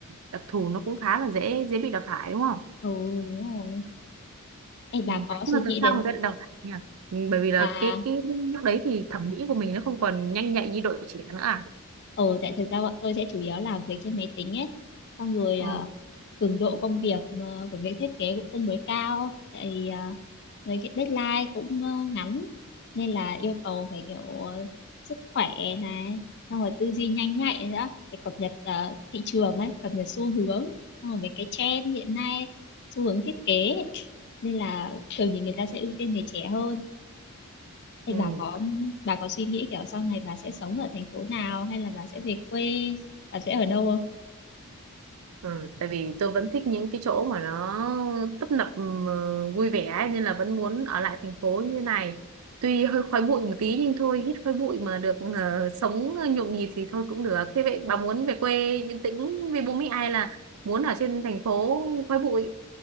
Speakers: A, on the right; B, on the left.
A: đặc thù nó cũng khá là dễ dễ bị đào thải đúng không
B: ừ đúng rồi Ê, bà
A: Ừ.
B: có suy
A: Nhưng mà tại
B: nghĩ
A: sao
B: đến
A: người ta lại đào thải nhỉ? Ừ, Bởi vì là
B: à
A: cái cái lúc đấy thì thẩm mỹ của mình nó không còn nhanh nhạy như đội trẻ nữa à?
B: ờ tại thực ra bọn tôi sẽ chủ yếu làm việc trên máy tính ấy xong rồi
A: Ừ.
B: ờ, cường độ công việc ờ, của việc thiết kế cũng tương đối cao tại vì ờ, với cái deadline cũng ờ, ngắn nên là yêu cầu phải kiểu ờ, sức khỏe này xong rồi tư duy nhanh nhạy nữa phải cập nhật ờ, thị trường ấy cập nhật xu hướng xong rồi mấy cái trend hiện nay xu hướng thiết kế nên là thường thì người ta sẽ ưu tiên người trẻ hơn
A: Ừ.
B: thì bà có bà có suy nghĩ kiểu sau này bà sẽ sống ở thành phố nào hay là bà sẽ về quê bà sẽ ở đâu không?
A: Ừ, tại vì tôi vẫn thích những cái chỗ mà nó tấp nập ừm, vui vẻ ấy, nên là vẫn muốn ở lại thành phố như thế này. Tuy hơi khói bụi một tí nhưng thôi hít khói bụi mà được ờ, sống nhộn nhịp thì thôi cũng được. Thế vậy bà muốn về quê yên tĩnh với bố mẹ hay là muốn ở trên thành phố khói bụi?